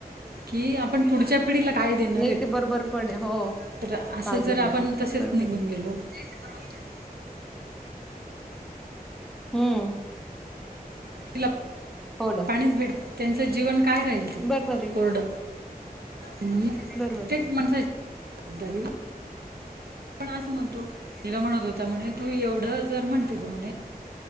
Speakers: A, on the right; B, in the centre.
A: की आपण पुढच्या पिढीला काय देणार
B: नाही
A: आहेत
B: ते बरोबर पण आहे हो
A: तर असं
B: काय
A: जर
B: देणार
A: आपण
B: आहे
A: तसेच
B: बरोबर
A: निघून
B: आहे.
A: गेलो परवा. <unintelligible>
B: हम्म!
A: क्लब.
B: हो, ना.
A: भेट. त्यांचं जीवन काय राहील ते,
B: बरोबर आहे
A: कोरड. हुं.
B: बरोबर
A: प्रत्येक
B: आहे
A: माणसाची, दरी. पण असं म्हणतो. तिला म्हणत होता म्हणे. तू एवढं जर म्हणते ग म्हणे.